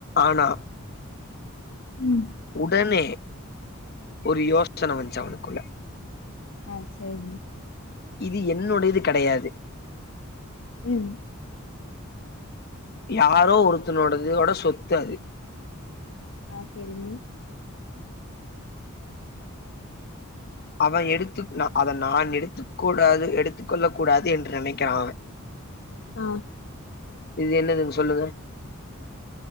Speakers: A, on the left; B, on the left.
A: ஆனா
B: ம்
A: உடனே ஒரு யோசன வந்ச்சு அவனுக்குள்ள
B: ஆ சேரிங்க
A: இது என்னுடையது கெடையாது
B: ம்
A: யாரோ ஒருத்தனோடது தோட சொத்து அது
B: ஆ சேரிங்க
A: அவ எடுத்துக் நா அத நான் எடுத்து கூடாது எடுத்துக்கொள்ளக் கூடாது என்று நெனைக்கிறா அவ
B: ஆ
A: இது என்னதுன் சொல்லுங்க